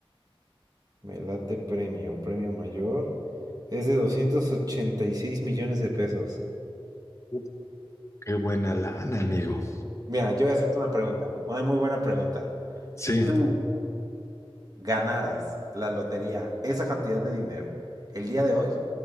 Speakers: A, on the right; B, on the left.
A: Melate premio, premio mayor. Es de 286 millones de pesos.
B: Uf, Qué buena lana, amigo.
A: Mira, yo voy a hacerte una pregunta, una muy buena pregunta. Si
B: Sí,
A: tú ganaras la lotería, esa cantidad de dinero, el día de hoy,